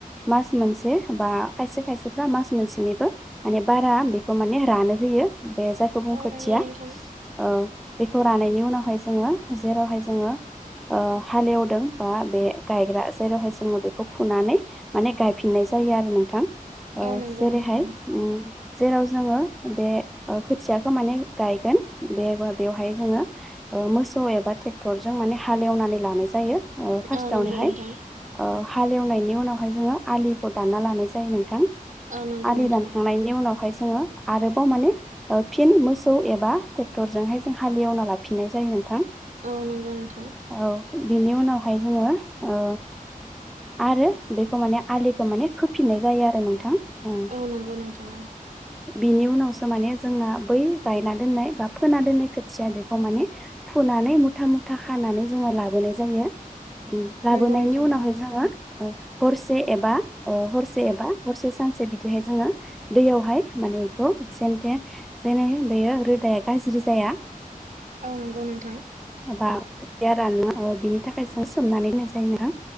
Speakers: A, in the centre; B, on the right.
A: मास मोनसे बा खायसे खायसेफ्रा मास मोनसेनिबो माने बारा बेखौ माने रानो होयो बे जायखौ बुंखोथिया
B: औ नंगौ नोंथां
A: ओ खौ रानायनि उनावहाय जोङो जेरावहाय जोङो ओ हालेवदों बा बे गायग्रा जेरावहाय जोङो बेखौ फुनानै माने गायफिननाय जायो आरो नोंथां ओ
B: औ नंगौ
A: जेरैहाय
B: नोंथां
A: उम जेराव जोङो बे ओ खोथियाखौ माने गायगोन बेग बेवहाय जोङो ओ मोसौ एबा थेक्टर जों माने हालेवनानै लानाय जायो ओ फार्स्टावनोहाय
B: औ नंगौ नोंथां
A: ओ हालेवनायनि उनावहाय जोङो आलि खौ दानना लानाय जायो नोंथां
B: औ नंगौ
A: आलि
B: नोंथां
A: दानखांनायनि उनावहाय ज जोङो आरोबाव माने ओ फिन मोसौ एबा थेक्टर जोंहाय जों हालेवना लाफिननाय जायो नोंथां
B: औ नंगौ नोंथां
A: औ बिनि उनावहाय जोङो ओ आरो बेखौ माने आलिखौ माने खोफिननाय जायो आरो नोंथां ओ
B: औ नंगौ नोंथां औ
A: बिनि उनावसो माने जोंना बै गायना दोननाय बा फोना दोननाय खोथ थिया बेखौ माने फुनानै मुथा मुथा खानानै जोङो लाबोनाय जायो उम लाबोनायनि
B: औ नंगौ नोंथां
A: उनावहाय
B: औ
A: जोङो ओ हरसे एबा ओ हरसे एबा हरसे सानसे बिदिहाय जोङो दैयावहाय मोन <unintelligible> जेनथे जेने बेयो रोदाया गाज्रि जाया
B: औ नंगौ नोंथां
A: बा खोथिया रानो ओ बिनि थाखाय जों सोमनानै होनाय जायोना